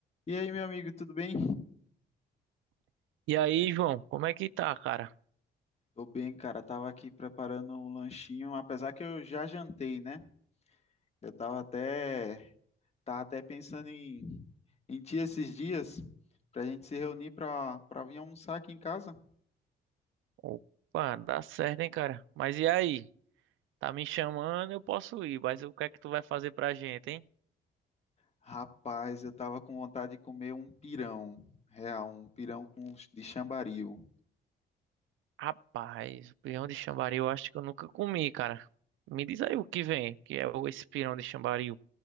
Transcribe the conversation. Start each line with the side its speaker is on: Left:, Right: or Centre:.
Left: E aí, meu amigo, tudo bem?
Right: E aí, João, como é que tá, cara?
Left: Tô bem, cara. Tava aqui preparando um lanchinho, apesar que eu já jantei, né? Eu tava até, tava até pensando em, em ti esses dias pra gente se reunir pra, pra vir almoçar aqui em casa.
Right: Opa, dá certo, hein, cara? Mas e aí? Tá me chamando, eu posso ir, mas o que é que tu vai fazer pra gente, hein?
Left: Rapaz, eu tava com vontade de comer um pirão, real, um pirão com, ch- de chambaril.
Right: Rapaz, pirão de chambaril eu acho que eu nunca comi, cara. Me diz aí o que vem, que é o- esse pirão de chambaril.